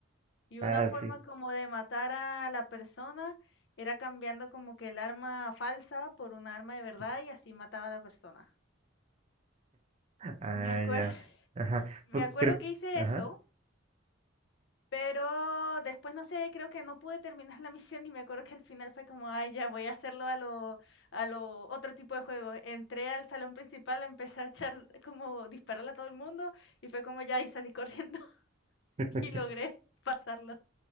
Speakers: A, on the left; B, on the right.
A: Y
B: Ah,
A: una forma
B: sí.
A: como de matar a la persona era cambiando como que el arma falsa por una arma de verdad y así mataba a la persona.
B: Ah,
A: Me acuerdo,
B: ya.
A: <laughs>
B: Ajá.
A: me
B: Pues
A: acuerdo
B: creo.
A: que hice
B: Ajá.
A: eso Pero después, no sé, creo que no pude terminar <laughs> la misión y me acuerdo que al final fue como, ay, ya voy a hacerlo a lo, a lo otro tipo de juego. Entré al salón principal, empecé a echar como dispararle a todo el mundo y fue como ya y salí corriendo <laughs>
B: <laughs>
A: y logré pasarlo.